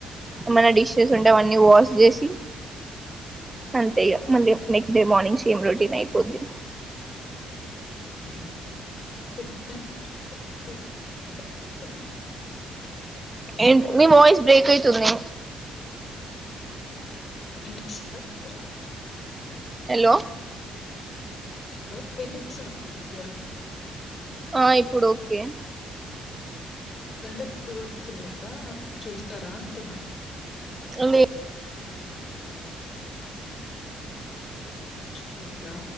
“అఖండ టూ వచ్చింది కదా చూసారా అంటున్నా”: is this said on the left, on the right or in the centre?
Left